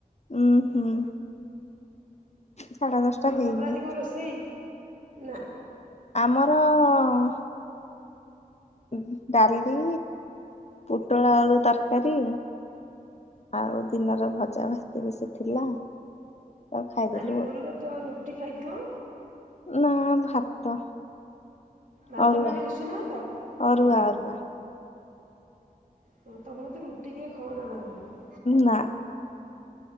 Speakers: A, on the left (about 45°); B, on the right (about 60°).
A: ଉୁଁ, ହୁଁ। ସାଢେ ଦଶଟା
B: ଆଉ
A: ହେଇନି
B: ତମର ଆଜି କଣ ରୋଷେଇ ନା
A: ଆମର ଅ ଉ, ହୁଁ, ଡାଲି, ପୋଟଳ ଆଳୁ ତରକାରୀ ଆଉ ଦିନର ଭଜା ଭାଜିଥିଲି ସେ ଥିଲା ଆଉ ଖାଇଦେଲୁ
B: ଆଜି ଗୁରୁବାର
A: ଆଉ
B: ତମେ ରୁଟି ଖାଇଥିବ?
A: ନା ଭାତ।
B: ଭାତ
A: ଅରୁଆ
B: ମାନେ ଉଷୁନା ଭାତ
A: ଅରୁଆ
B: ଓହୋ
A: ଅରୁଆ
B: ତମେ ତ ବହୁତ୍ ରୁଟି କିଏ ଖାଉନ ନା ନା କଣ?
A: ନା